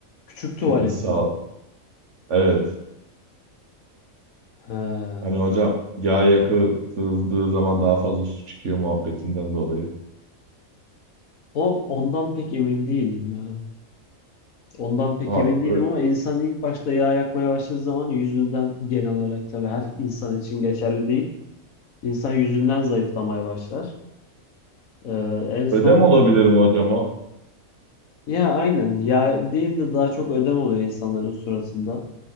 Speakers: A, on the left; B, on the right.
A: küçük tuvalet
B: Fitness sağ
A: mi?
B: Evet.
A: He.
B: Hani hocam yağ yakıldığı zaman daha fazla su çıkıyor muhabbetinden dolayı.
A: O ondan pek emin değilim ya. Ondan pek
B: Ha,
A: emin değilim
B: ö-
A: ama insan ilk başta yağ yakmaya başladığı zaman yüzünden genel olarak tabii her insan için geçerli değil. İnsan yüzünden zayıflamaya başlar. Ee, en son
B: ödem olabilirim hocama.
A: ya aynen yağ değil de daha çok ödem oluyor insanların suratında.